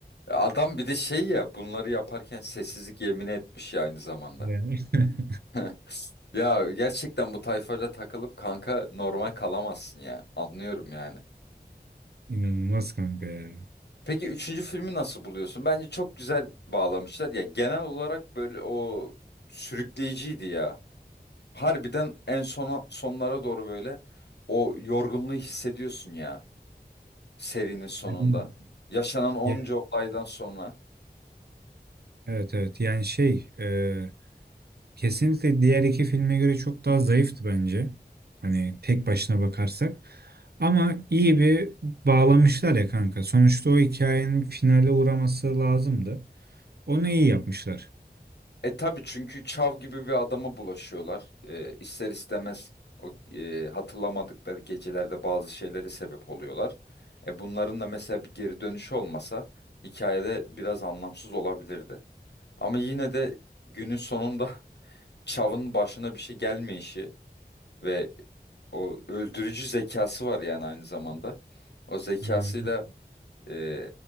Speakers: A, on the left (about 85°); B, on the right (about 70°).
A: Adam bir de şey ya bunları yaparken sessizlik yemini etmiş ya aynı zamanda.
B: Yani. <laughs>
A: <laughs> Ya gerçekten bu tayfayla takılıp kanka normal kalamazsın ya. Anlıyorum yani.
B: İnanılmaz kanka ya.
A: Peki üçüncü filmi nasıl buluyorsun? Bence çok güzel bağlamışlar. Ya genel olarak böyle o sürükleyiciydi ya. Harbiden en sona sonlara doğru böyle o yorgunluğu hissediyorsun ya serinin sonunda.
B: Yani
A: Yaşanan onca
B: Ya,
A: olaydan sonra.
B: evet evet yani şey e, kesinlikle diğer iki filme göre çok daha zayıftı bence. Hani tek başına bakarsak. Ama iyi bir bağlamışlar ya kanka. Sonuçta o hikayenin finale uğraması lazımdı. Onu iyi yapmışlar.
A: E tabii çünkü Çav gibi bir adama bulaşıyorlar. E, ister istemez o e, hatırlamadıkları gecelerde bazı şeylere sebep oluyorlar. E bunların da mesela bir geri dönüşü olmasa hikayede biraz anlamsız olabilirdi. Ama yine de günün sonunda <laughs> Çav'ın başına bir şey gelmeyişi ve o öldürücü zekası var yani aynı zamanda. O zekasıyla
B: Yani
A: e,